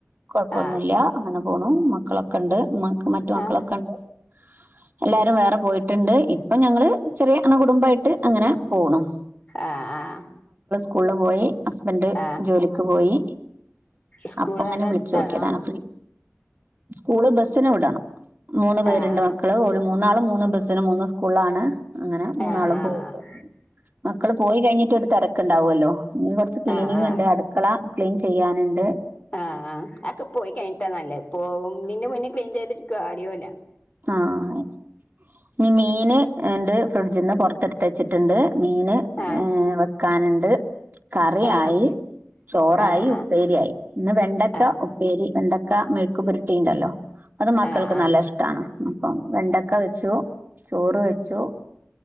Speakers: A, on the right (about 40°); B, on the left (about 30°).
A: കൊഴപ്പൊന്നുല്ല
B: ആഹ്
A: അങ്ങനെ പോണു മക്കളൊക്കെ ഇണ്ട് മ മറ്റു മക്കളൊക്കെ
B: ആഹ്
A: ഇണ്ട് എല്ലാരും വേറെ പോയിട്ടുണ്ട് ഇപ്പം ഞങ്ങള് ചെറിയ അണു കുടുംബമായിട്ട് അങ്ങനെ പോണു
B: ആഹ് ആഹ്
A: കൂളില് പോയി ഹസ്ബൻഡ്
B: ആഹ്
A: ജോലിക്ക് പോയി
B: സ്കൂൾ
A: അപ്പൊ അങ്ങനെ
B: അവിടെ
A: വിളിച്ചു
B: അടുത്താണോ
A: നോക്കിയതാണ് ഫ്രീ സ്കൂള് ബസ്സിന് വിടണം മൂന്ന് പേരുണ്ട്
B: ആഹ്
A: മക്കള് ഓ മൂന്നാള് മൂന്ന് ബസ്സിന് മൂന്ന് സ്കൂള് ആണ് അങ്ങനെ മൂന്നാളും
B: ആഹ് ആഹ്
A: പോയി മക്കൾ പോയി കഴിഞ്ഞിട്ട് ഒരു തിരക്കുണ്ട് ഉണ്ടാവുമല്ലോ ഇനി കൊറച്ച് ക്ലീനിങ്
B: ആഹ് ആഹ്
A: ഉണ്ട് അടുക്കള ക്ലീൻ ചെയ്യാനുണ്ട്
B: ആഹ് ആഹ് അതൊക്കെ പോയി കഴിഞ്ഞിട്ടാ നല്ലത് പോകുന്നതിൻ്റെ മുന്നേ ക്ലീൻ ചെയ്തിട്ട് കാര്യം കാര്യമില്ല
A: ആഹ് ഇനി മീൻ ഉണ്ട് ഫ്രിഡ്ജിന്ന് പുറത്തെടുത്ത് വച്ചിട്ടുണ്ട് മീന്
B: ആഹ്
A: ഏഹ്ഹ് വെക്കാ ക്കാനുണ്ട് കറിയായി
B: ആഹ്
A: ചോറായി
B: ആഹ്
A: ഉപ്പേരിയായി ഇന്ന് വെണ്ടക്ക
B: ആഹ്
A: ഉപ്പേരി വെണ്ടക്ക വെണ്ടക്ക മെഴുക്ക്‌ പുരട്ടിണ്ടല്ലോ അത് മക്കൾക്ക്
B: ആഹ്
A: നല്ല ഇഷ്ട അപ്പം വെണ്ടക്ക വെച്ചു ചോറ് വെച്ചു